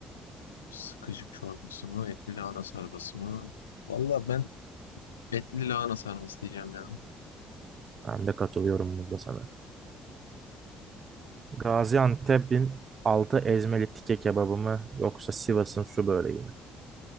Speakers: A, on the left; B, on the right.
A: Sıkışık çorbası mı? Etli lahana sarması mı? Valla ben etli lahana sarması diyeceğim ya.
B: Ben de katılıyorum burada sana. Gaziantep'in altı ezmeli tike kebabı mı yoksa Sivas'ın su böreği mi?